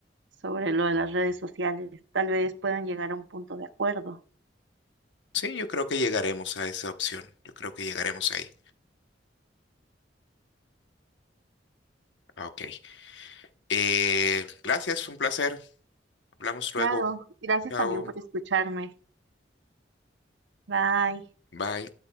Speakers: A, on the right; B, on the left.
A: sobre lo de las redes sociales. Tal vez puedan llegar a un punto de acuerdo.
B: Sí, yo creo que llegaremos a esa opción. Yo creo que llegaremos ahí. Ah, Ok. Eh, gracias, fue un placer. Hablamos
A: Claro,
B: luego.
A: gracias
B: Chao.
A: también por escucharme. Bye.
B: Bye.